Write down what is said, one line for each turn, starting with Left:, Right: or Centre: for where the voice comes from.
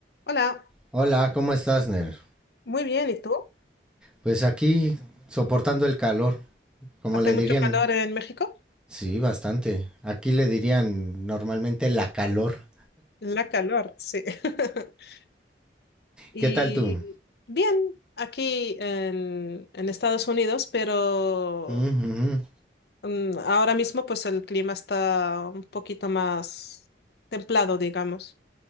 Left: Hola,
Centre: Hola, ¿cómo estás, Ner?
Left: muy bien, ¿y tú?
Centre: Pues aquí soportando el calor, como
Left: ¿Hace
Centre: le
Left: mucho
Centre: dirían,
Left: calor en México?
Centre: sí, bastante. Aquí le dirían normalmente la calor.
Left: La calor, sí. <laughs> Y
Centre: ¿Qué tal tú?
Left: bien, aquí en, en Estados Unidos, pero
Centre: Mm, ujú.
Left: mm, ahora mismo pues el clima está un poquito más templado, digamos.